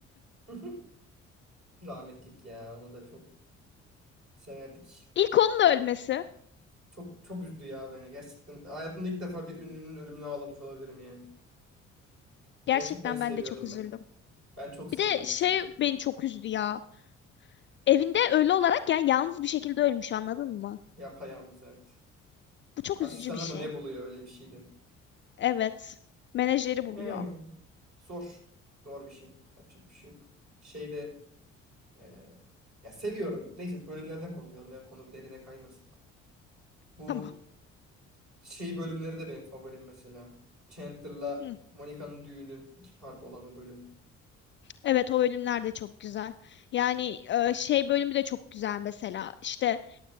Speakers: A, on the right; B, on the left.
A: <laughs> Rahmetlik ya onu da çok severdik.
B: İlk onun ölmesi.
A: Çok çok üzdü ya beni gerçekten. Hayatımda ilk defa bir ünlünün ölümüne ağlamış olabilirim yani.
B: Gerçekten
A: Gerçekten seviyordum
B: ben de çok üzüldüm.
A: ben. Ben çok seviyordum
B: Bir de şey
A: çünkü.
B: beni çok üzdü ya. Evinde ölü olarak yani yalnız bir şekilde ölmüş anladın mı?
A: Yapayalnız evet.
B: Bu çok
A: Asistanı
B: üzücü bir şey.
A: mı ne buluyor öyle bir şeydi.
B: Evet. Menajeri buluyor.
A: Hmm. Zor. Zor bir şey. Yapacak bir şey yok. Şeyde e, ya seviyorum. Neyse bölümlerden konuşalım ya konu derine kaymasın.
B: <laughs>
A: Bu
B: Tamam.
A: şey bölümleri de benim favorim mesela. Chandler'la
B: Hı.
A: Monica'nın düğünü iki part olan o bölüm.
B: Evet o bölümler de çok güzel. Yani e, şey bölümü de çok güzel mesela. İşte